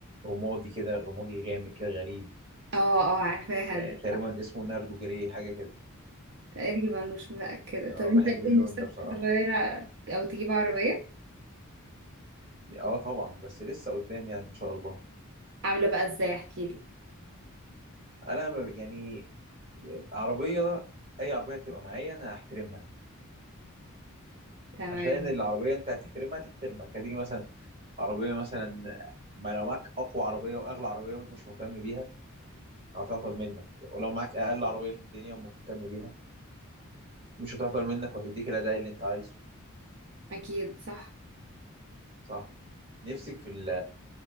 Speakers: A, on the right; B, on the right.
A: رمادي كده رمادي غامق كده غريب
B: اه آه، عارفاها
A: آه،
B: دي
A: تقريبا اسمه ناردو جري حاجه كده
B: تقريبا مش متاكده
A: اه
B: طب انت
A: بحب اللون
B: ايه نفسك
A: ده بصراحه
B: تغير او تجيب عربيه
A: اه طبعا بس لسه قدام يعني ان شاء الله
B: عامله بقى ازاي احكيلي
A: انا ب- يعني عربيه اي عربيه هتبقى معايا انا هحترمها
B: تمام
A: عشان العربيه انت هتحترمها هتحترمك هتيجي مثلا عربيه مثلا ما لو معاك اقوى عربيه واغلى عربيه وانت مش مهتم بيها هتعطل منك ولو معاك اقل عربيه في الدنيا ومهتم بيها مش هتعطل منك وهتديك الاداء اللي انت عايزه
B: اكيد صح
A: صح نفسك في ال-